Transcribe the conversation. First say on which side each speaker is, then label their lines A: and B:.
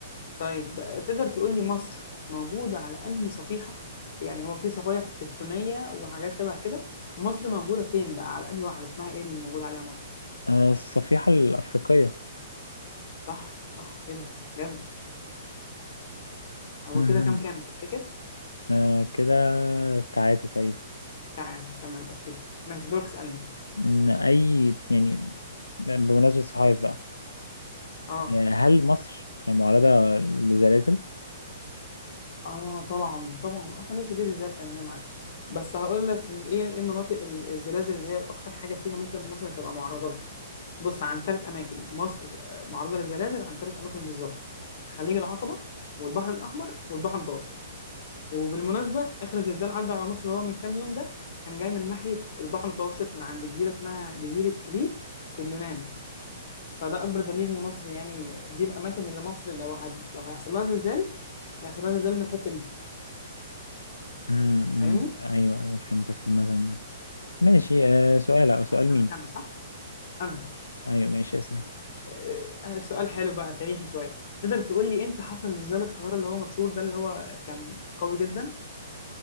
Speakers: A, on the left; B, on the left.
A: طيب تقدر تقول لي مصر موجودة على أنهي صفيحة؟ يعني هو في صفائح تكتونية وحاجات شبه كده مصر موجودة فين بقى على أنهي واحدة اسمها إيه اللي موجود عليها مصر؟
B: آه، الصفيحة الأفريقية
A: صح صح إيه ده جامد هو
B: مهم.
A: كده كام كام تفتكر؟
B: آه كده تعادل تقريبا
A: تمام تمام أوكي ماشي دورك اسألني
B: إن أي يعني بمناسبة الصحايف بقى
A: آه
B: آه، هل مصر معرضة لزلازل؟
A: آه طبعا طبعا أصلا لسه في زلزال كان هنا معدي بس هقول لك إيه إيه مناطق الزلازل اللي هي أكتر حاجة فيها ممكن مصر تبقى معرضة لها بص عن ثلاث اماكن مصر آه، معرضه للزلازل عن ثلاث اماكن بالظبط خليج العقبه والبحر الاحمر والبحر المتوسط وبالمناسبه اخر زلزال عدى على مصر اللي هو من كام يوم ده كان جاي من ناحيه البحر المتوسط من عند جزيره اسمها جزيره كريت في اليونان فده اكبر دليل ان مصر يعني دي الاماكن اللي مصر لو هد... لو هيحصل لها زلزال هيحصل لها زلزال من الحته دي
B: مم، مم.
A: فاهمني؟
B: أيوه أيوه فهمتك عامة يعني ماشي آه سؤال أو سؤال
A: هسألك
B: مين
A: انا صح؟ انا
B: أيوة ماشي اسأل
A: آه، آه، سؤال حلو بقى تاريخي شويه تقدر تقول لي امتى حصل زلزال القاهره اللي هو مشهور ده اللي هو كان قوي جدا